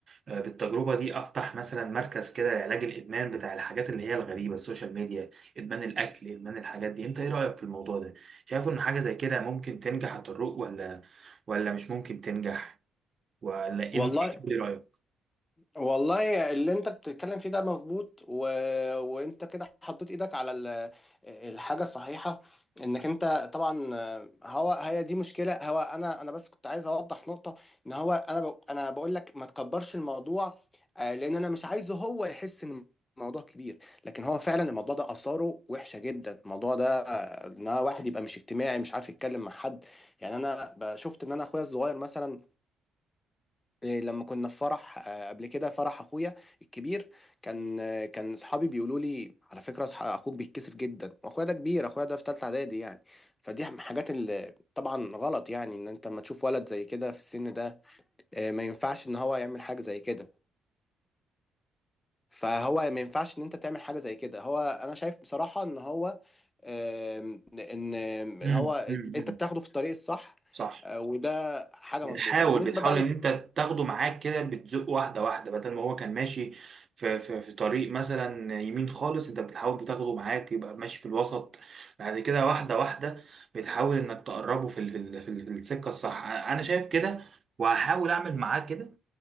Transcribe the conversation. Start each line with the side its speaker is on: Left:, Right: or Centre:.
Right: آه، بالتجربة دي أفتح مثلا مركز كده لعلاج الإدمان بتاع الحاجات اللي هي الغريبة السوشيال ميديا إدمان الأكل إدمان الحاجات دي أنت إيه رأيك في الموضوع ده؟ شايف إن حاجة زي كده ممكن تنجح هتروق ولا ولا مش ممكن تنجح ولا
Left: والله
Right: إن إيه إيه رأيك؟
Left: والله اللي انت بتتكلم فيه ده مظبوط و... وانت كده حطيت ايدك على ال... الحاجه الصحيحه انك انت طبعا هو هي دي مشكله هو انا انا بس كنت عايز اوضح نقطه ان هو انا ب... انا بقول لك ما تكبرش الموضوع آه، لان انا مش عايزه هو يحس ان الموضوع كبير لكن هو فعلا الموضوع ده اثاره وحشه جدا الموضوع ده آه، ان واحد يبقى مش اجتماعي مش عارف يتكلم مع حد يعني انا شفت ان انا اخويا الصغير مثلا إيه، لما كنا في فرح آه، قبل كده فرح اخويا الكبير كان آه، كان صحابي بيقولوا لي على فكره صح- اخوك بيتكسف جدا واخويا ده كبير اخويا ده في ثالثه اعدادي يعني فدي من الحاجات اللي طبعا غلط يعني ان انت لما تشوف ولد زي كده في السن ده آه، ما ينفعش ان هو يعمل حاجه زي كده فهو ما ينفعش ان انت تعمل حاجه زي كده هو انا شايف بصراحه ان هو آم، ان إن
Right: امم
Left: هو
Right: امم
Left: انت
Right: أمم.
Left: بتاخده في الطريق الصح
Right: صح
Left: آه، وده حاجه
Right: بتحاول
Left: مظبوطه بالنسبه
Right: بتحاول
Left: بقى
Right: ان
Left: ل...
Right: انت تاخده معاك كده بتزق واحده واحده بدل ما هو كان ماشي في, في, في طريق مثلا يمين خالص انت بتحاول بتاخده معاك يبقى ماشي في الوسط بعد كده واحده واحده بتحاول انك تقربه في ال- في, ال- في, ال- في السكه الصح انا شايف كده وهحاول اعمل معاه كده